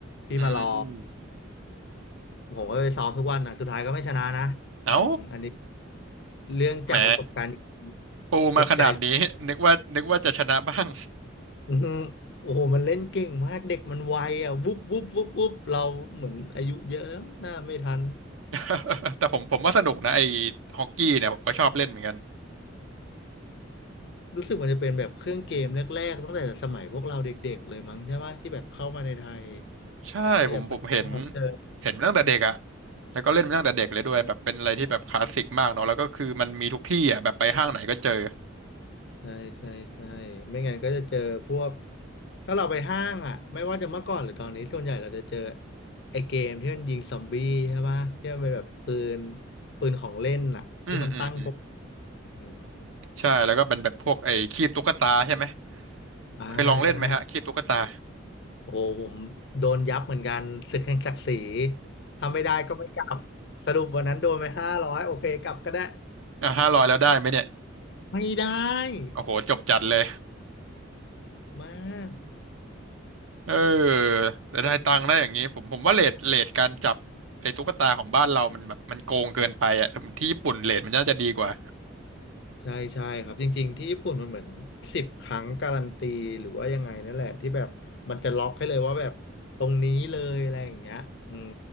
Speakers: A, on the left; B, on the right.
A: พี่มารอ
B: อืม
A: ผมก็ไปซ้อมทุกวันนะสุดท้ายก็ไม่ชนะนะอืมอันนี้
B: เอ้า
A: เรื่องจากประสบการณ์จริงๆเจ็บใจ
B: แหมปูมาขนาดนี้นึกว่านึกว่าจะชนะบ้าง
A: อือฮึโอ้โหมันเล่นเก่งมากเด็กมันไวอ่ะวุบวุบวุบวุบเราเหมือนอายุเยอะแล้วหน้าไม่ทัน
B: <laughs> แต่ผมผมว่าสนุกนะไอ้ฮอกกี้เนี่ยผมก็ชอบเล่นเหมือนกัน
A: รู้สึกมันจะเป็นแบบเครื่องเกมแรกๆตั้งแต่สมัยพวกเราเด็กๆเลยมั้งใช่ไหมที่แบบเข้ามาในไทย
B: ใช่ผมผมเห็น
A: ที่แบบเราเจอ
B: เห็นมาตั้งแต่เด็กอะแล้วก็เล่นมาตั้งแต่เด็กเลยด้วยแบบเป็นอะไรที่แบบคลาสสิกมากเนาะแล้วก็คือมันมีทุกที่อะแบบไปห้างไหนก็เจอ
A: ใช่ใช่ใช่ไม่งั้นก็จะเจอพวกถ้าเราไปห้างอ่ะไม่ว่าจะเมื่อก่อนหรือตอนนี้ส่วนใหญ่เราจะเจอไอ้เกมที่มันยิงซอมบี้ใช่ปะที่มันเป็นแบบปืนปืนของเล่นอ่ะที่มันตั้งพก
B: อืมอืมอืม
A: เออ
B: ใช่แล้วก็เป็นแบบพวกไอ้คีบตุ๊กตาใช่ไหม
A: อ่าใช่
B: เคยลองเล่นไหมฮะคีบตุ๊กตา
A: โอ้โหผมโดนยับเหมือนกันศึกแห่งศักดิ์ศรีถ้าไม่ได้ก็ไม่กลับสรุปวันนั้นโดนไปห้าร้อยโอเคกลับก็ได้
B: อ่ะห้าร้อยแล้วได้ไหมเนี่ย
A: ไม่ได้
B: โอ้โหจบจัดเลย
A: มาก
B: เออแต่ได้ตังค์ได้อย่างนี้ผมผมว่าเรทเรทการจับไอ้ตุ๊กตาของบ้านเรามันแบบมันโกงเกินไปอ่ะถ้ามันที่ญี่ปุ่นเรทมันน่าจะดีกว่า
A: ใช่ใช่ครับจริงๆที่ญี่ปุ่นมันเหมือนสิบครั้งการันตีหรือว่ายังไงนั่นแหละที่แบบมันจะล็อกให้เลยว่าแบบตรงนี้เลยอะไรอย่างเงี้ยอืม